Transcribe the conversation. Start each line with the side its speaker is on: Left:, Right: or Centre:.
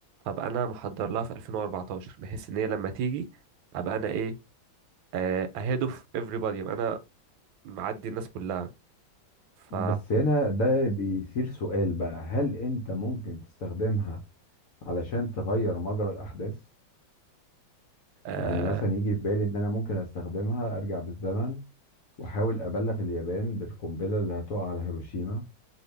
Right: فأبقى أنا محضر لها في 2014 بحيث إن هي لما تيجي أبقى أنا إيه آه، أهيد أوف everybody أبقى أنا معدي الناس كلها ف
Left: بس هنا ده بيثير سؤال بقى هل انت ممكن تستخدمها علشان تغير مجرى الاحداث
Right: آه،
Left: يعني مثلا يجي في بالي ان انا ممكن استخدمها ارجع بالزمن واحاول ابلغ اليابان بالقنبله اللي هتقع على هيروشيما